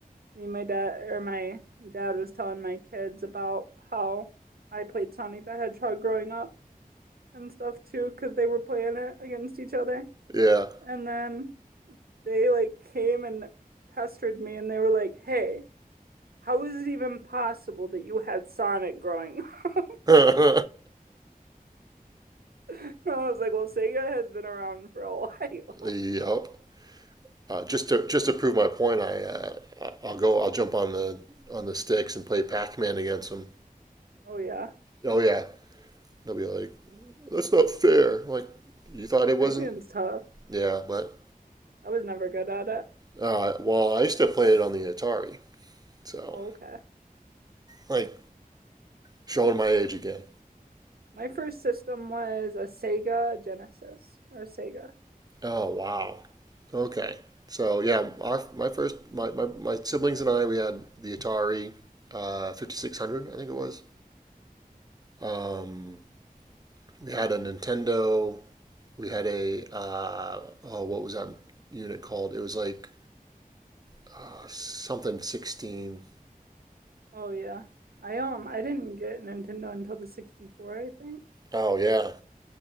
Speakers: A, on the right; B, on the right.
A: me. My dad or my dad was telling my kids about how I played Sonic the Hedgehog growing up and stuff too, because they were playing it against each other.
B: okay.
A: And then they like came and pestered me and they were like, Hey, how is it even possible that you had Sonic growing up?
B: Yeah.
A: <laughs> I was like, Well, Sega has been around for a while.
B: <laughs>
A: <laughs>
B: yep. Uh, just to just to prove my point, I uh, I- will go. I'll jump on the on the sticks and play Pac-Man against them.
A: Oh yeah.
B: Oh yeah. They'll be like, that's not fair. I'm like, you thought it
A: Pac-Man's
B: wasn't?
A: tough.
B: Yeah, but
A: I was never good at it.
B: uh, well, I used to play it on the Atari. So
A: Oh, okay.
B: like showing my age again.
A: My first system was a Sega Genesis or a Sega.
B: Oh wow. Okay. So yeah, our my first my, my, my siblings and I we had the Atari uh, 5600 I think it was. Um, we had a Nintendo. We had a uh, oh what was that unit called? It was like uh, something 16.
A: Oh yeah. I um I didn't get Nintendo until the 64, I think.
B: Oh yeah.